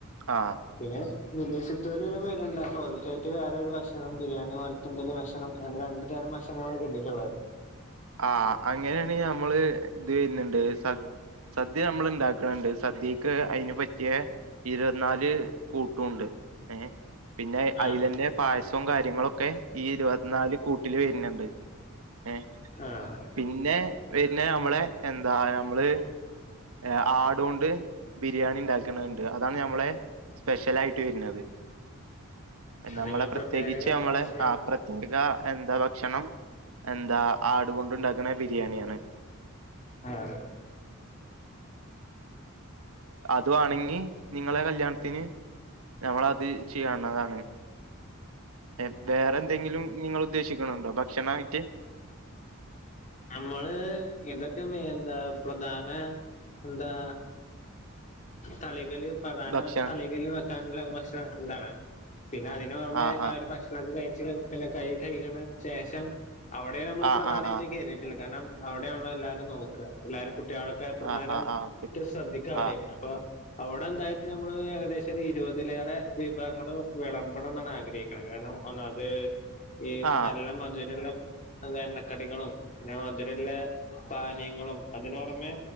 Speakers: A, on the right; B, on the left.
A: ആഹ്
B: പിന്നെ വിദേശത്തോല്ലും വര്ന്ണ്ട് അപ്പൊ ഓൽക്കായിട്ട് വേറെ ഒരു ഭക്ഷണം ബിരിയാണി പൊ ഇന്ത്യയിലെ ഭക്ഷണം അങ്ങനെ രണ്ടുതരം ഭക്ഷണാണ് കര്തീറ്റ്ള്ളത്
A: ആഹ് അങ്ങനേണ് ഞമ്മള് ഇത് വര്ന്ണ്ട് സ സദ്യ ഞമ്മള് ഇണ്ടാക്ക്ണ് ണ്ട് സദ്യെക്ക് അയ്നു പറ്റിയേ ഇരുവത്ത്നാല് കൂട്ടുണ്ട് ഏഹ് പിന്നെ
B: ആ
A: അയിലെന്നെ പായസോം കാര്യങ്ങളൊക്കെ ഈ ഇരുവത്ത്നാല് കൂട്ടില് വര്ന്ണ്ട് ഏഹ്
B: ആഹ്
A: പിന്നെ വര്നത് അമ്മളെ എന്താ ഞമ്മള് എ ആടോണ്ട് ബിരിയാണി ഇണ്ടാക്ക്ണത് ഇണ്ട് അതാണ് ഞമ്മളെ സ്പെഷ്യലായിട്ട് വെര്നത് നമ്മളെ
B: നിങ്ങള്
A: പ്രത്യേകിച്ച്
B: പ്രത്യേക
A: നമ്മളെ
B: ഭക്ഷണം
A: ആഹ് പ്രത് ത്യേക എന്താ ഭക്ഷണം എന്താ ആടുകൊണ്ടുണ്ടാക്ക്ണ ബിര്യേണ്യാണ്.
B: ആഹ്.
A: തു വാണെങ്ങി നിങ്ങളെ കല്യാൺത്തിന് ഞമ്മളത് ചെയ്യവുന്നതാണ്. എഹ് വേറെന്തെങ്കിലും നിങ്ങള് ഉദ്ദേശിക്കണുണ്ടോ ഭക്‌ഷണായിട്ട്.
B: നമ്മള് ഇതൊക്കെ മേ എന്താ പ്രധാന എന്താ. തളികല്. പ്രധാന
A: ഭക്ഷണം
B: തളികല് വെക്കാനുള്ള ഭക്ഷണം എന്താണ് പിന്നെ അതിന് പൊറമെ
A: ആ ആ
B: ആരും ഭക്ഷ അത് കഴിച്ചിനേശം തന്നെ കൈ കഴിക്ണ ശേഷം അവിടെ നമ്മള്
A: ആ
B: പ്രധാനായിറ്റും
A: ആ ആ
B: കേറീട്ടുള്ളൂ കാരണം. അവിടെണല്ലോ എല്ലാവരും നോക്കുക എല്ലാരും കുട്ട്യള്. ക്കെ പ്രധാനം
A: ആ ആ ആ ആ
B: റ്റ് ശ്രദ്ധിക്ക അവിടെണ്
A: ആ
B: അപ്പൊ അവിടെ എന്തായിട്ട് നമ് നമ്മള് ഏകദേശൊര് ഇരുപതിലേറെ. വിഭവങ്ങള് വെളമ്പണംന്നാണ് ആഗ്രഹിക്കണത് കാരണം ഒന്നത് ഈ
A: ആ
B: നല്ല മ തിനുള്ള. ടതെണ്ണക്കടികളും പിന്നെ മധ് രല്ലെ പാനീയങ്ങളും അതിനൊർമെ.